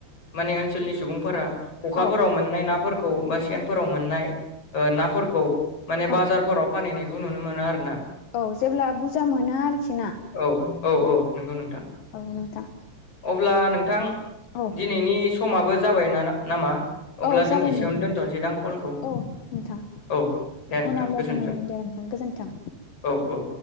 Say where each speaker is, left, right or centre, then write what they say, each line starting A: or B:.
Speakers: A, on the left; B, on the left.
A: माने ओनसोलनि सुबुंफोरा खखाफोराव
B: औ
A: मोननाय नाफोरखौ बा सेनफोराव मोननाय ओ नाफोरखौ माने
B: औ
A: बाजारफोराव फानहैनायखौ नुनो मोनो आरो ना
B: औ जेब्ला बुरजा मोना आरोखि ना
A: औ औ औ नंगौ नोंथां
B: औ नोंथां
A: अब्ला नोंथां
B: औ
A: दिनैनि समाबो जाबाय ना नामा अब्ला
B: औ जाबाय
A: जों एसेयावनो
B: नोंथां
A: दोन्थ'नोसैदां कलखौ
B: औ नोंथां
A: औ दे नोंथां
B: उनाव लोगो
A: गोजोनजों
B: मोनगोन दे नोंथां गोजोन्थों
A: औ औ